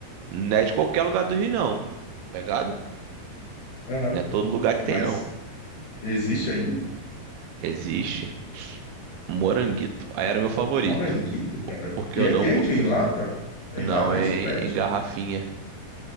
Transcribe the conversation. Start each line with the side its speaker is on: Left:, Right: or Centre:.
Right: não é de qualquer lugar do Rio, não. Pegado?
Left: Aham.
Right: Não é todo lugar que
Left: Mas
Right: tem, não.
Left: existe ainda?
Right: Existe Moranguito. Aí era meu favorito.
Left: Mora em Guito, cara.
Right: Porque
Left: E
Right: eu
Left: é,
Right: não.
Left: e é
Right: po-
Left: em quem? Lata? É
Right: Não,
Left: em Lata
Right: é
Left: isso, Pet?
Right: em em garrafinha.